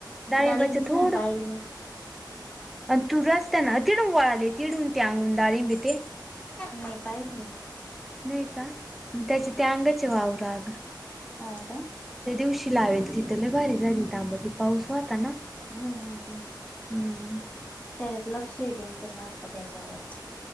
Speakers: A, in the centre; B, on the left (about 20°).
A: दाळिंबाचे
B: डाळिंबच
A: थोडं
B: नाही पाहिलं मी
A: अन तूर असत्याना किडून वळाले किडून त्या अन डाळीबी ते.
B: नाही पाहिलं मी
A: नाही का त्याचे त्या अंगाचे वाव राग
B: हां का.
A: त्या दिवशी लावेल तिथं लय लय भारी झाली तांबटी पाऊस व्हता ना.
B: हा हा हा.
A: हम्म.
B: त्याच्यात लक्षही द्यायच सारखं त्याच्यावर.